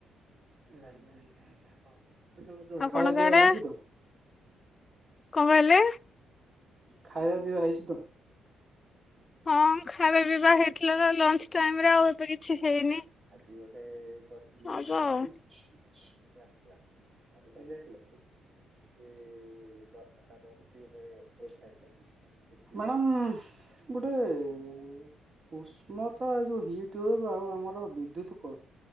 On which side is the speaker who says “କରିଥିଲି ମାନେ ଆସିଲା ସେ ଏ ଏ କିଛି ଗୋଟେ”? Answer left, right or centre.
Right